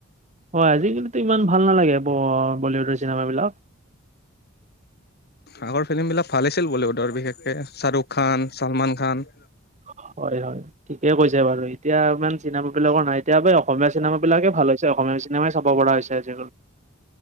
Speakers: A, on the right (about 35°); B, on the left (about 50°).
A: হয়, আজিকালিতো ইমান ভাল নালাগে ব বলীউডৰ চিনেমাবিলাক।
B: আগৰ ফিল্মবিলাক ভাল আছিল বলীউডৰ, বিশেষকৈ শ্বাৰুক খান, চালমান খান।
A: অ'। হয়, হয় ঠিকে কৈছে বাৰু, এতিয়া ইমান চিনেমা বিলাকৰ নাই। এতিয়া পে অসমীয়া চিনেমা বিলাকে ভাল হৈছে অসমীয়া। অসমীয়া চিনেমাই চাব পৰা হৈছে আজিকালি।